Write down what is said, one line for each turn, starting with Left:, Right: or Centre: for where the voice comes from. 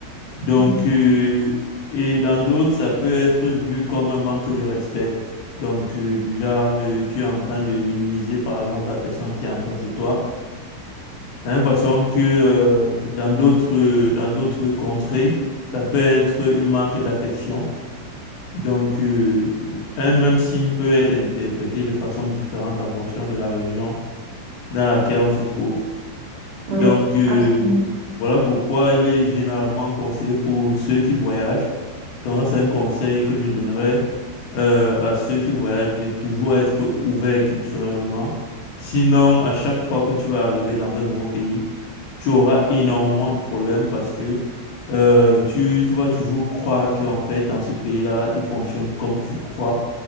Left: Donc,
Right: Mm.
Left: euh, et dans d'autres, ça peut être vu comme un manque de respect. Donc, euh, du genre, euh, tu es en train de minimiser, par exemple, la personne qui est en face de toi. De la même façon que euh, dans d'autres, euh, dans d'autres contrées, ça peut être une marque d'affection. Donc, euh, un même signe peut être interprété de façon différente en fonction de la région dans laquelle on se trouve.
Right: Ouais,
Left: Donc, euh,
Right: absolument.
Left: voilà pourquoi il est généralement conseillé pour ceux qui voyagent. Donc, ça, c'est un conseil que je donnerais euh, à ceux qui voyagent de toujours être ouvert culturellement. Sinon, à chaque fois que tu vas arriver dans un nouveau pays, tu auras énormément de problèmes parce que euh, tu, tu vas toujours croire qu'en fait, dans ce pays-là, il fonctionne comme tu crois.